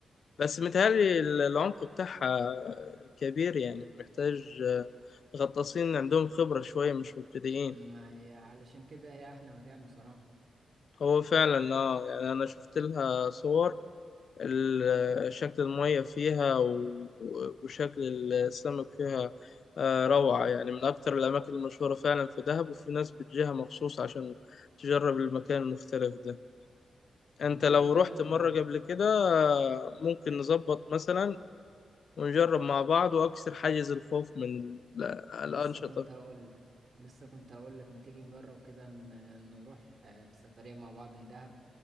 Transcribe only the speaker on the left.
بس متهيألي ال- العمق بتاعها كبير يعني محتاج آه، غطاسين عندهم خبرة شوية مش مبتدئين
هو فعلا اه يعني أنا شفت لها صور ال- آه، شكل المية فيها و- وشكل السمك فيها آه، روعة يعني من أكتر الأماكن المشهورة فعلا في دهب وفي ناس بتجيها مخصوص عشان تجرب المكان المختلف ده
أنت
لو
رحت
مرة قبل كده آه، ممكن نظبط مثلا ونجرب مع بعض وأكسر حاجز الخوف من ال-
الأنشطة